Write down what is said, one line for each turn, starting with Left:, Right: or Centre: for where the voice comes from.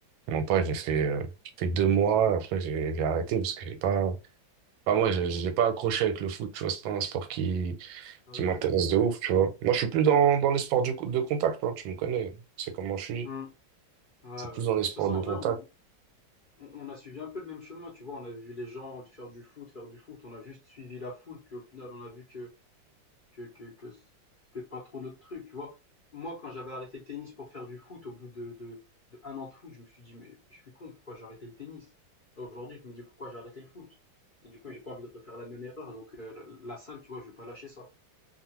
Right: non pas, j'ai fait, euh, j'ai fait deux mois, après, j'ai j'ai arrêté parce que j'ai pas, enfin, moi, j'ai j'ai pas accroché avec le foot, tu vois, c'est pas un sport qui,
Left: Ah,
Right: qui
Left: Ok.
Right: m'intéresse de ouf, tu vois. Moi, je suis plus dans, dans les sports du- de contact, hein, tu me connais, c'est comment je suis.
Left: Hmm. Ouais,
Right: Je suis plus
Left: ouais.
Right: dans
Left: Mais
Right: les
Left: de toute
Right: sports
Left: façon,
Right: de
Left: en
Right: contact.
Left: vrai, on, on- on a suivi un peu le même chemin, tu vois. On a vu les gens faire du foot, faire du foot. On a juste suivi la foule, puis au final, on a vu que que, que, que c'était pas trop notre truc, tu vois. Moi, quand j'avais arrêté le tennis pour faire du foot, au bout de, de, de un an de foot, je me suis dit, mais, je suis con, pourquoi j'ai arrêté le tennis Aujourd'hui, je me dis, pourquoi j'ai arrêté le foot Et du coup, j'ai pas envie de refaire la même erreur, donc euh, la, la salle, tu vois, je vais pas lâcher ça.